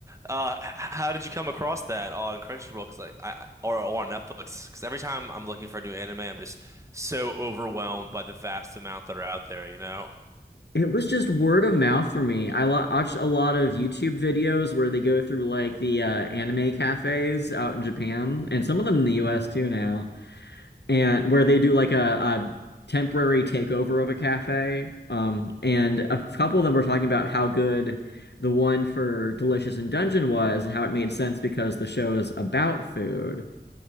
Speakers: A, on the right; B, on the left.
A: Uh, h- how did you come across that on Crunchyroll? Because like I I- or or on Netflix? Because every time I'm looking for a new anime, I'm just so overwhelmed by the vast amount that are out there. You know?
B: It was just word of mouth for me. I lo- watched a lot of YouTube videos where they go through like the uh, anime cafes out in Japan and some of them in the US too now and where they do like a, a temporary takeover of a cafe. Um, and a couple of them were talking about how good the one for Delicious in Dungeon was and how it made sense because the show is about food.